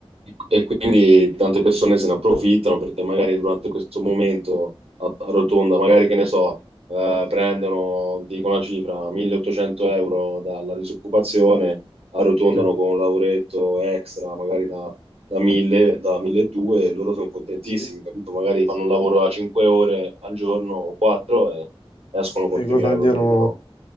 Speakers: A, on the right; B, on the left.
A: E quindi tante persone se ne approfittano perché magari durante questo momento a, a rotonda, magari che ne so, eh, prendono, ti dico una cifra, 1800 euro dalla disoccupazione, arrotondano
B: Sì.
A: con un lavoretto extra, magari da, da 1000, da 1200 e loro sono contentissimi,
B: Sì.
A: capito? Magari fanno un lavoro a 5 ore al giorno o 4 e escono con
B: E
A: 3000
B: guadagnano
A: euro al mese, no?